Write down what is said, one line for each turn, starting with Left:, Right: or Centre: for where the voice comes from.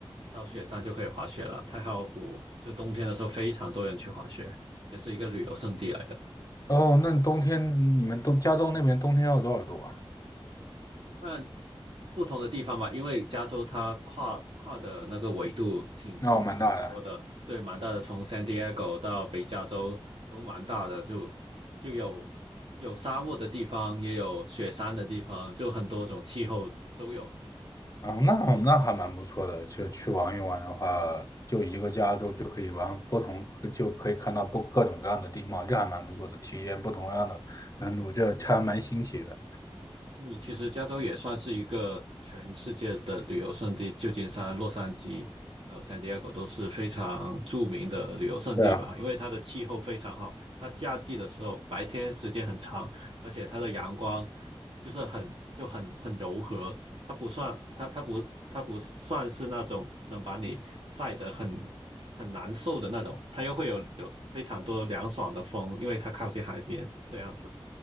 Right: 到雪山就可以滑雪了。太浩湖就冬天的时候非常多人去滑雪，也是一个旅游胜地来的。
Left: 哦，那冬天你们东加州那边冬天要多少度啊？
Right: 看不同的地方吧，因为加州它跨跨的那个纬度挺挺多的，
Left: 哦，蛮大的。
Right: 对，蛮大的，从 San Diego 到北加州都蛮大的，就就有有沙漠的地方，也有雪山的地方，就很多种气候都有。
Left: 嗯，那那还蛮不错的。就去玩一玩的话，就一个加州就可以玩不同，就可以看到不各种各样的地貌，这还蛮不错的，体验不同样的温度，这这还蛮新奇的。
Right: 你其实加州也算是一个全世界的旅游胜地，旧金山、洛杉矶还有 San Diego 都是非常著名的旅游胜地吧，
Left: 对啊，
Right: 因为它的气候非常好，它夏季的时候白天时间很长，而且它的阳光就是很就很很柔和，它不算它它不它不算是那种能把你晒得很很难受的那种，它又会有有非常多凉爽的风，因为它靠近海边这样子。